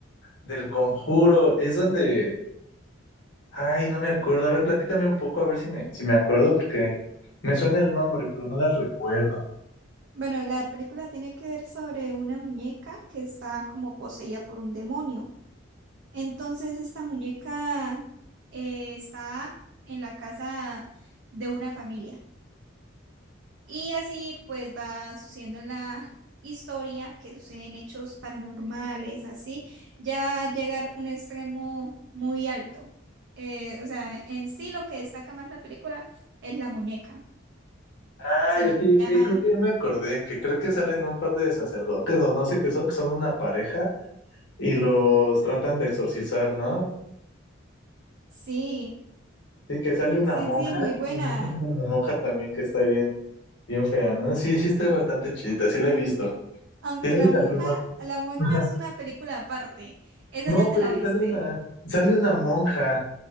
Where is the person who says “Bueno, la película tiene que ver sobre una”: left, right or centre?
Right